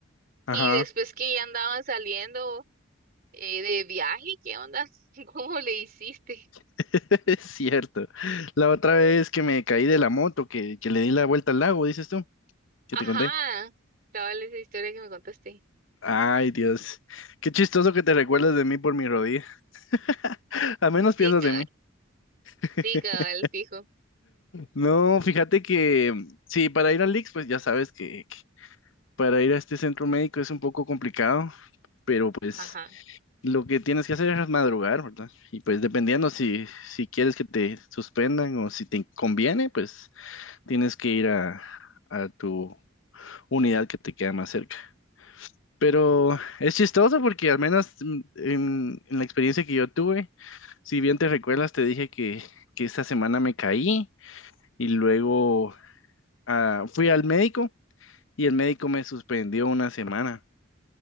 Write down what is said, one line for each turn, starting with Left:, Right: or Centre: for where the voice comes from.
Left: ajá,
Right: y después que ya andaban saliendo eh, de viaje, ¿qué onda? <laughs> ¿Cómo le hiciste?
Left: <laughs> es cierto. La otra vez que me caí de la moto, que, que le di la vuelta al lago, dices tú, que
Right: Ajá,
Left: te conté.
Right: cabal esa historia que me contaste.
Left: Ay, Dios, qué chistoso que te recuerdas de mí por mi rodilla. <laughs> Al menos
Right: Sí,
Left: piensas
Right: cabal,
Left: en mí. <laughs>
Right: sí, cabal, fijo.
Left: No, fíjate que sí, para ir al Lix, pues ya sabes que, que para ir a este centro médico es un poco complicado, pero pues
Right: Ajá.
Left: Lo que tienes que hacer es madrugar, ¿verdad? Y pues dependiendo si, si quieres que te suspendan o si te conviene, pues tienes que ir a, a tu unidad que te queda más cerca. Pero es chistoso porque al menos mm, en, en la experiencia que yo tuve, si bien te recuerdas, te dije que, que esta semana me caí y luego ah, fui al médico y el médico me suspendió una semana.